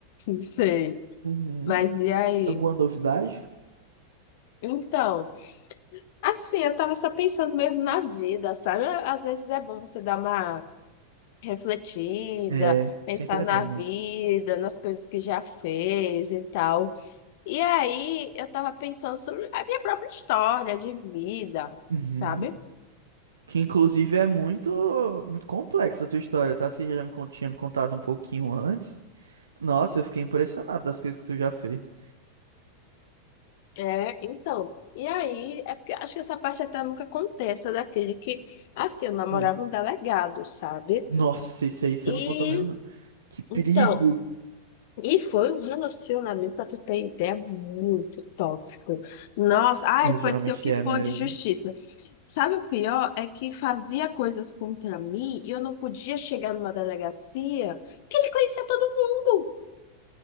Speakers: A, on the left (about 50°); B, on the right (about 70°).
A: Sei,
B: Uhum.
A: mas e aí?
B: Alguma novidade?
A: Então, assim, eu tava só pensando mesmo na vida, sabe? Às vezes é bom você dar uma refletida,
B: É,
A: pensar
B: sempre é
A: na
B: bom mesmo.
A: vida, nas coisas que já fez e tal. E aí, eu tava pensando sobre a minha própria história de vida,
B: Uhum.
A: sabe?
B: Que inclusive é muito, muito complexa a tua história, tá? Você já me con- tinha me contado um pouquinho antes. Nossa, eu fiquei impressionado das coisas que tu já fez.
A: É, então. E aí, é porque acho que essa parte até nunca acontece, é daquele que, assim, eu namorava
B: Hum.
A: um delegado, sabe?
B: Nossa, isso aí você
A: E,
B: não contou mesmo, não. Que perigo!
A: então, e foi um relacionamento, pra tu ter ideia, muito tóxico. Nossa, ah,
B: É,
A: ele
B: geralmente
A: pode ser o que
B: é
A: for
B: mesmo.
A: de justiça. Sabe o pior? É que fazia coisas contra mim e eu não podia chegar numa delegacia que ele conhecia todo mundo.